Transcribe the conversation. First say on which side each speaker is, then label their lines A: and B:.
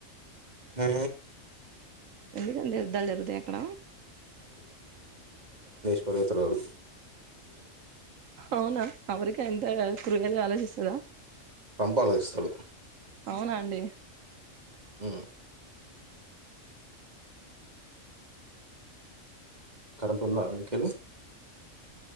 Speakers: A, on the right; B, on the right.
A: హ
B: ఎందుకంే ఇదా అ ఎక్కడ
A: త్వరతురాడు
B: అవునా అవరికి ఎంత కూలు ఆలోచిస్త కదా
A: ట్రంప్ ఆలోచిస్తాడు
B: అవునా అండి
A: హు కరెంట్ ఉందా మీకలి